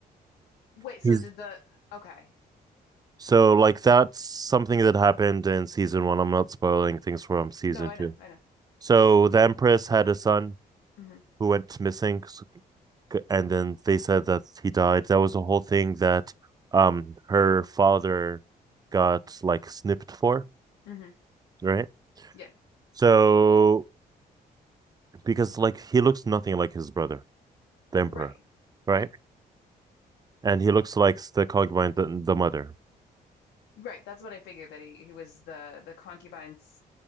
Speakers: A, on the left; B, on the right.
A: Wait,
B: He's
A: so did the okay.
B: So, like, that's something that happened in season one. I'm not spoiling things from season
A: No, I
B: two.
A: know, I know.
B: So, the Empress had a son
A: hmm
B: who went missing, and then they said that he died. That was a whole thing that um her father got like snipped for,
A: hmm
B: right?
A: Yeah.
B: So, because like he looks nothing like his brother. the emperor,
A: Right.
B: right?
A: Right.
B: And he looks like the Cogwine, the, the mother.
A: Right. That's what I figured that he, he was the the concubine's